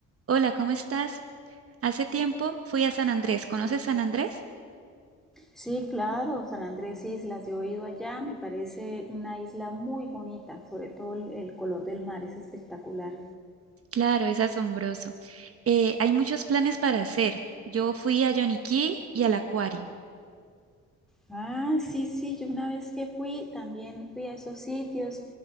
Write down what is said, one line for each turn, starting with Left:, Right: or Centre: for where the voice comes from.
Right: Hola, ¿cómo estás? Hace tiempo fui a San Andrés. ¿Conoces San Andrés?
Centre: Sí, claro, San Andrés Islas, yo he ido allá, me parece una isla muy bonita, sobre todo el, el color del mar es espectacular.
Right: Claro, es asombroso. Eh, hay muchos planes para hacer. Yo fui a Yoniquí y al acuario.
Centre: Ah, sí, sí, yo una vez que fui, también fui a esos sitios